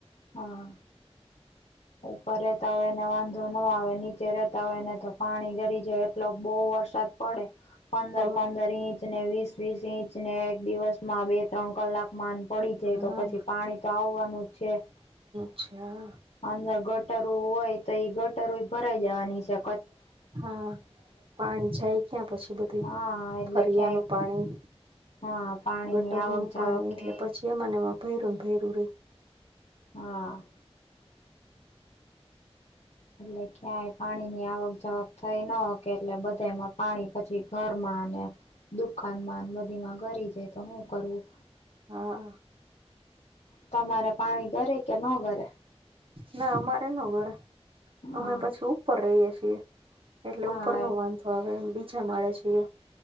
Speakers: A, on the left (about 85°); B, on the right (about 55°).
A: હા. ઉપર રેતા હોયને વાંધો ન આવે નીચે રેતા હોય ને તો પાણી ગરી જાય એટલો બો વરસાદ પડે પંદર
B: હ
A: પંદર ઇંચને વીસ વીસ ઇંચને એક દિવસમાં બે ત્રણ કલાક માન પડી જાય
B: હા
A: તો પછી પાણી તો આવવાનું જ છે.
B: <unintelligible>
A: અંદર ગટરો હોય તો ઈ ગટરોય ભરાઈ જવાની શ
B: હા, પાણી જાય ક્યા પછી બધું
A: હા એટલે
B: ફરિયાનું
A: ક્યાંય
B: પાણી
A: હા પાણીની
B: ગટરનું
A: આવક જાવક
B: પાણી એટલે
A: ક્યાંય
B: પછી એ મને એમાં ભૈરું ને ભૈરું રેય.
A: હા. એટલે ક્યાંય પાણીની આવક જાવક થઈ ન હો કે એટલે બધેમાં પાણી પછી ઘરમાંને દુકાનમાં બધીમાં ગરી જાય તો હું કરું?
B: હા.
A: તમારે પાણી ગરે કે ન ગરે?
B: ના અમારે ન ગરે, અમે
A: હા
B: પછી ઉપર રહીએ છીએ. એટલે
A: હા
B: ઉપર નો વાંધો આવે બીજા માળે છીએ.